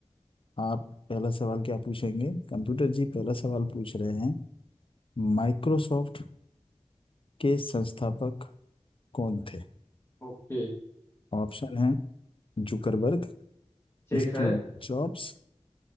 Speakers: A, on the left (about 50°); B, on the left (about 20°).
A: आप पहला सवाल क्या पूछेंगे कंप्यूटर जी पहला सवाल पूछ रहे हैं माइक्रोसॉफ्ट के संस्थापक कौन थे
B: ओके
A: ऑप्शन हैं Zuckerberg
B: ठीक
A: Steve
B: है
A: Jobs